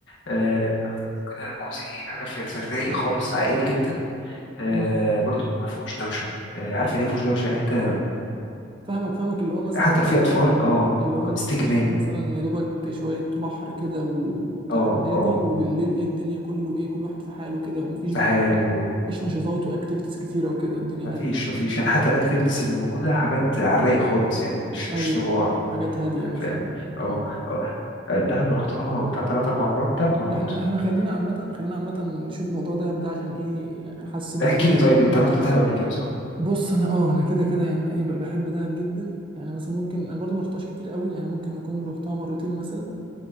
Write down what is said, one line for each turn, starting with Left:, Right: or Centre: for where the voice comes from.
Left: آه كده كوزي حاجه في, في الرايق خالص عائلي جدا آه
Right: مم.
Left: برضو ما فيهوش دوشه آه عارف يعني ايه ما فيهوش دوشه يعني انت
Right: فاهمك فاهمك اللي هو مثلا
Left: حتى
Right: اللي
Left: لو في
Right: هو
Left: اطفال
Right: انت
Left: اه
Right: اللي هو انت
Left: استجمام
Right: الصبح مثلا يا دوبك شويه بحر كده وبتاع
Left: اه
Right: هادي
Left: اه
Right: وبالليل ايه الدنيا كله ايه كل واحد في حاله كده ومفيش
Left: في
Right: بقى
Left: حاله
Right: مفيش نشاطات واكتيفيتيز كتيره وكده الدنيا
Left: ما فيش
Right: هاديه
Left: ما فيش يعني حتى الاكتيفيتيز اللي موجوده حاجات على الرايق خالص يعني مش
Right: ايوه
Left: مش صداع
Right: ايوه حاجات هاديه مثلا
Left: فاهم اه
Right: اه
Left: اه آه، دهب رحتها بتاع ثلاث اربع مرات ثلاث مرات
Right: احنا احنا خلينا عامه خلينا عامه نشوف موضوع دهب ده عشان ايه يعني حاسس ان
Left: احكي
Right: هو
Left: لي طيب انت رحت دهب قبل كده صح؟
Right: بص انا اه انا كده كده يعني ايه بقى بحب دهب جدا يعني مثلا ممكن انا برضو ما رحتهاش كتير قوي يعني ممكن اكون رحتها مرتين مثلا